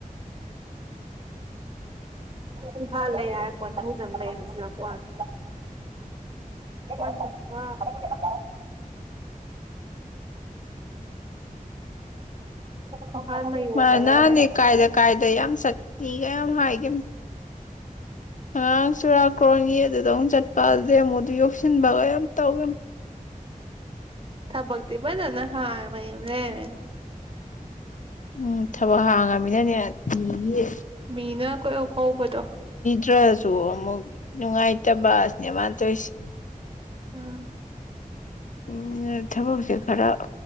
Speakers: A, on the right; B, on the left.
A: ꯢꯝꯐꯥꯜ ꯂꯩ ꯍꯥꯢꯔꯥ ꯄꯣꯏꯊꯧꯖꯝ ꯂꯩ ꯍꯥꯏꯖꯤꯜꯂꯛꯄ꯭ꯋꯥꯅꯤ ꯑ <unintelligible> ꯏꯝꯐꯥꯜ ꯃꯌꯣꯟꯗꯒ
B: ꯃꯥꯅꯥꯟꯗꯤ
A: ꯂꯩꯔꯝꯃꯒ
B: ꯀꯥꯏꯗ ꯀꯥꯏꯗ ꯌꯥꯝ ꯆꯠ ꯀꯤꯒ ꯌꯥꯝ ꯍꯥꯏꯒꯤꯝ ꯑꯉꯥꯡ ꯆꯨꯔꯥꯀꯣꯟꯒꯤ ꯑꯗꯨꯗ ꯃꯨꯛ ꯆꯠꯄ ꯃꯨꯗꯨꯗꯩ ꯑꯃꯨꯛ ꯑꯗꯨ ꯌꯧꯁꯤꯟꯕꯒ ꯌꯥꯝ ꯇꯧꯒꯤꯝ
A: ꯊꯕꯛꯇꯤ ꯐꯖꯅ ꯍꯥꯡꯢ ꯃꯌꯨꯝ ꯂꯩꯔꯝꯃꯤꯅ꯫
B: ꯎꯝ ꯊꯕꯛ ꯍꯥꯡꯉꯃꯤꯅꯅꯦ ꯃꯤꯒꯤ
A: ꯃꯤꯅ ꯀꯣꯏ ꯀꯧꯕꯗꯣ
B: ꯇ꯭ꯔꯁꯨ ꯑꯃꯨꯛ ꯅꯨꯡꯉꯥꯏꯇꯕꯁꯅꯦ ꯃꯥ ꯇꯣꯏꯁꯤ
A: ꯎꯝ
B: ꯎꯝ ꯊꯕꯛꯁꯦ ꯈꯔ